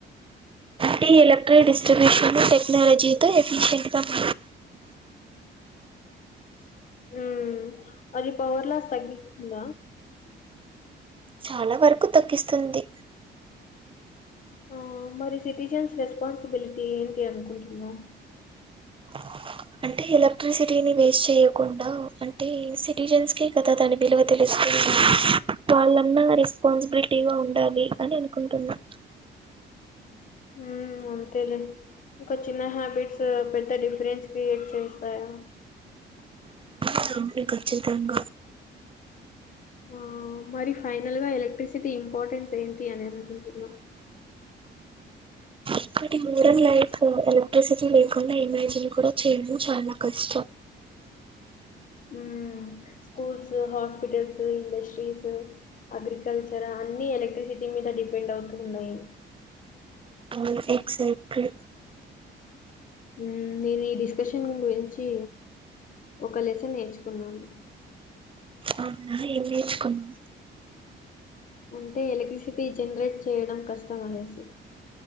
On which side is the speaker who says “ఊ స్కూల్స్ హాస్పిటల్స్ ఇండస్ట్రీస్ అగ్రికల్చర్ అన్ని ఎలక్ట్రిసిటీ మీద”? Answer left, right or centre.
Left